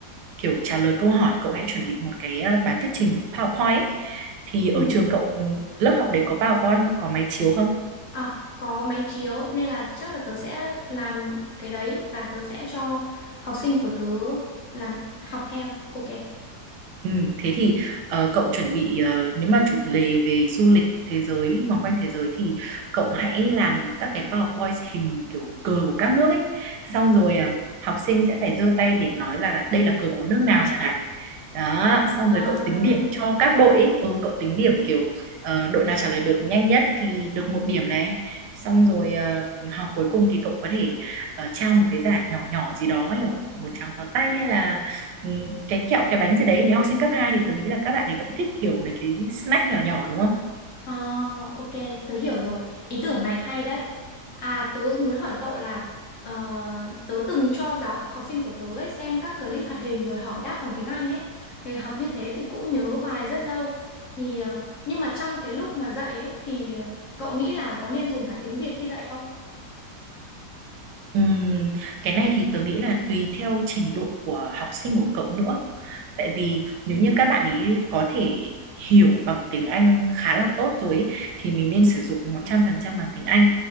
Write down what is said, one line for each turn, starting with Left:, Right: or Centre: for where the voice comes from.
Right: kiểu trả lời câu hỏi. Cậu hãy chuẩn bị một cái ờ, bài thuyết trình của PowerPoint ấy. Thì ở
Left: Ừ.
Right: trường cậu ừ, lớp học đấy có PowerPoint không? Có máy chiếu không?
Left: à có máy chiếu nên là chắc là tớ sẽ làm cái đấy và tớ sẽ cho học sinh của tớ làm học theo ok
Right: Ừ, thế thì ờ, cậu chuẩn bị ờ, nếu mà chủ đề về du lịch thế giới vòng quanh thế giới thì cậu hãy làm các cái PowerPoint hình kiểu cờ của các nước ấy xong rồi ờ, học sinh sẽ phải giơ tay để nói là đây là cờ của nước nào chẳng hạn đó xong
Left: À.
Right: rồi cậu tính điểm cho các đội ấy ừ, cậu tính điểm kiểu ờ, đội nào trả lời được nhanh nhất thì được một điểm này xong rồi ờ, hoặc cuối cùng thì cậu có thể ờ, trao một cái giải nhỏ nhỏ gì đó kiểu một tràng pháo tay hay là ừm, cái kẹo cái bánh gì đấy nếu học sinh cấp 2 thì tôi nghĩ là các bạn ấy vẫn thích kiểu mấy cái snack nhỏ nhỏ đúng không
Left: À, ok, tớ hiểu rồi. Ý tưởng này hay đấy. À, tớ muốn hỏi cậu là ờ, tớ từng cho giáo học sinh của tớ ấy xem các clip hoạt hình rồi hỏi đáp bằng tiếng Anh ấy. Thì học như thế thì cũng nhớ bài rất lâu. Thì ờ, nhưng mà trong cái lúc mà dạy ấy thì cậu nghĩ là có nên dùng cả tiếng Việt khi dạy không?
Right: Ừm, cái này thì tớ nghĩ là tùy theo trình độ của học sinh của cậu nữa. Tại vì nếu
Left: Ừ,
Right: như các bạn ý có thể hiểu bằng tiếng Anh khá là tốt rồi ấy, thì mình nên sử dụng 100% bằng tiếng Anh.